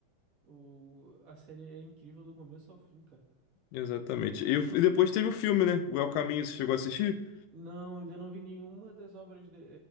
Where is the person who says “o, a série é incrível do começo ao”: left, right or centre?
Right